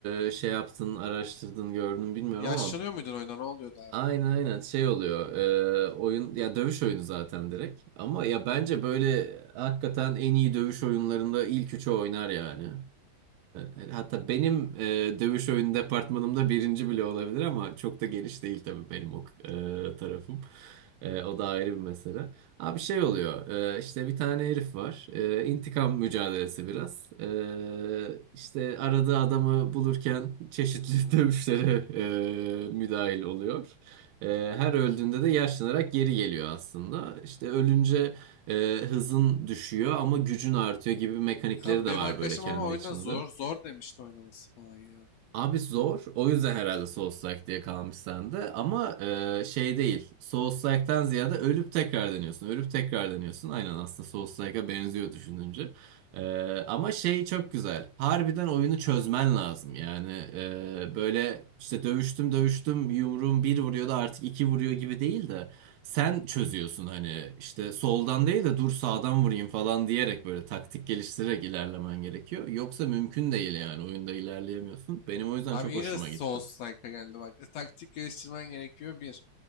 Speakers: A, on the right; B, on the left.
A: e, şey yaptın, araştırdın, gördün bilmiyorum
B: Yaşlanıyor
A: ama
B: muydun oyunda ne oluyordu abi?
A: Aynen aynen şey oluyor e, oyun ya dövüş oyunu zaten direkt ama ya bence böyle hakikaten en iyi dövüş oyunlarında ilk üçü oynar yani E, hatta benim e, dövüş oyunu departmanımda birinci bile olabilir ama çok da geniş değil tabii benim o e, tarafım E, o da ayrı bir mesele abi şey oluyor e, işte bir tane herif var E, intikam mücadelesi biraz E, işte aradığı adamı bulurken çeşitli <laughs> dövüşlere e, müdahil oluyor. E, her öldüğünde de yaşlanarak geri geliyor aslında. İşte ölünce e, hızın düşüyor ama gücün artıyor gibi mekanikleri
B: Abi
A: de
B: benim
A: var
B: arkadaşım
A: böyle kendi
B: ama oyunda
A: içinde.
B: zor zor demişti oynaması falan ya.
A: Abi zor. O yüzden herhalde Souls-like diye kalmış sende. Ama e, şey değil. Souls-like'tan ziyade ölüp tekrar deniyorsun. Ölüp tekrar deniyorsun. Aynen aslında Souls-like'a benziyor düşününce. E, ama şey çok güzel. Harbiden oyunu çözmen lazım. Yani e, böyle işte dövüştüm dövüştüm yumruğum bir vuruyordu artık iki vuruyor gibi değil de. Sen çözüyorsun hani işte soldan değil de dur sağdan vurayım falan diyerek böyle taktik geliştirerek ilerlemen gerekiyor. Yoksa mümkün değil yani oyunda ilerleyemiyorsun. Benim o yüzden
B: Abi
A: çok
B: iyice
A: hoşuma
B: Souls-like'a
A: gitti.
B: geldi bak. E, Taktik geliştirmen gerekiyor bir.